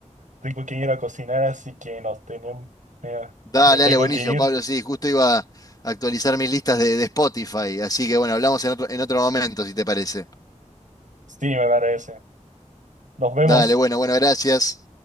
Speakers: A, on the right; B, on the left.
A: tengo que ir a cocinar, así que nos tenemos, eh,
B: Dale,
A: me tengo
B: dale, buenísimo,
A: que ir.
B: Pablo. Sí, justo iba a actualizar mis listas de, de Spotify. Así que bueno, hablamos en otro, en otro momento, si te parece.
A: Sí, me parece. Nos vemos.
B: Dale, bueno, bueno, gracias.